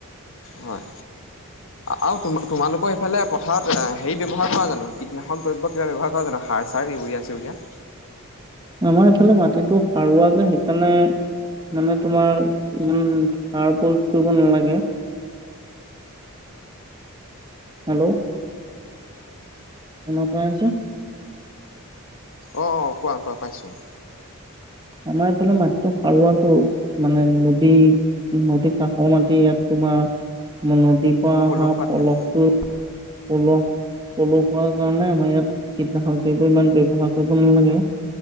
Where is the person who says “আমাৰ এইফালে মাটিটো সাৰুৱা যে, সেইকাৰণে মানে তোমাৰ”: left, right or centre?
Right